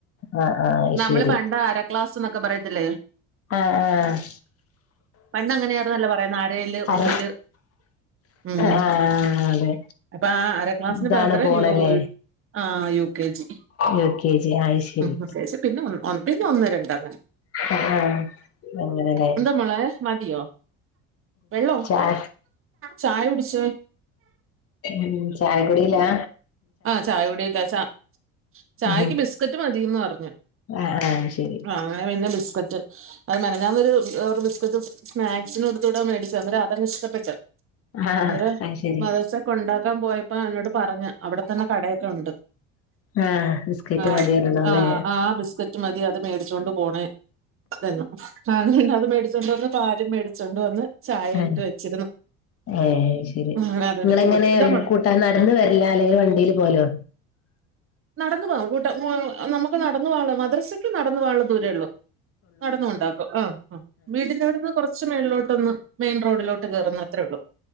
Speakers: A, on the left (about 45°); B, on the right (about 40°).
A: ആഹ് ആഹ് അയ്
B: നമ്മള്
A: ശരി
B: പണ്ട് അര ക്ലാസ് ന്നൊക്കെ പറയത്തില്ലേ
A: ആഹ് ആഹ്
B: പണ്ടങ്ങനായാർന്നല്ലെ പറയുന്നെ അരേല്
A: അര
B: ഒന്നില് ഉം ഉം
A: ആഹ് അതെ
B: അപ്പൊ ആ ആര ക്ലാസ്സിന്
A: ഇതാണ്
B: പകരം
A: പോണല്ലേ
B: <unintelligible> ആഹ് U K G
A: U K G അയ്ശരി
B: യു കെ ജി പിന്നെ പിന്നെ ഒന്ന് രണ്ട് അങ്ങനെ.
A: ആഹ് ആഹ് അങ്ങനെ അല്ലേ
B: എന്താ മോളെ മതിയോ വെള്ളോ
A: ചായ
B: ചായ കുടിച്ചോ
A: ഉം ചായ കുടിലാ
B: ആഹ് ചായ കുടിയിലാ ചാ ചായക്ക്
A: ഉം
B: ബിസ്കറ്റ് മതീന്ന് പറഞ്ഞ്
A: ആഹ് ആഹ് ശരി
B: ആഹ് അങ്ങനെ പിന്നെ ബിസ്കറ്റ് അത് മെനഞ്ഞാന്ന് ഒരു കവറ് ബിസ്ക്കറ്റ് സ്‌നാക്‌സിന് കൊടുത്തുവിടാൻ മേടിച്ചതാ അന്നേരം അതങ്ങ് ഇഷ്ട്ടപ്പെട്ട്.
A: ആഹ്
B: അന്നേരം
A: അയ്ശരി
B: മദ്രസ്സെ കൊണ്ടാക്കാൻ പോയപ്പോ അവനോട് പറഞ്ഞ് അവിടെത്തന്നെ കടയൊക്കെ ഒണ്ട്.
A: ആഹ് ബിസ്കറ്റ്
B: ആഹ്
A: മതിയാരുന്നു അല്ലേ
B: ആഹ് ആ ബിസ്ക്കറ്റ് റ്റ് മതി അത് മേടിച്ചോണ്ട് പോണെ അത് എന്ന് അതുകൊണ്ട് അത് മേടിച്ചോണ്ട് വന്ന് പാല് മേടിച്ചോണ്ട് വന്ന് ചായ
A: ഏഹ്
B: ഇട്ട് വെച്ചിരുന്നു
A: ഏഹ് അയ് ശരി
B: അങ്ങനെ അതെടുത്ത്
A: ഇങ്ങളെങ്ങനെയാ
B: കൊടുത്ത് ഇതാ മോളെ
A: കൊട് തന് നടന്നു വരലാ അല്ലെങ്കില് വണ്ടീല് പോവലോ.
B: നടന്നു പോകാം കൂട്ടാ ഉം നമ്മക്ക് നടന്നു പോവാനുള്ള മദ്രസ്സയ്ക്ക് നടന്നു പോകാനുള്ള ദൂരേ ഉള്ളു. നടന്നുകൊണ്ടാക്കും ആഹ് ആഹ് വീടിന്റെ അവിടുന്ന് കൊറച്ച് മേളിലോട്ട് ഒന്ന് മെയിൻ റോഡിലോട്ട് കേറുന്നത്രേ ഉള്ളൂ.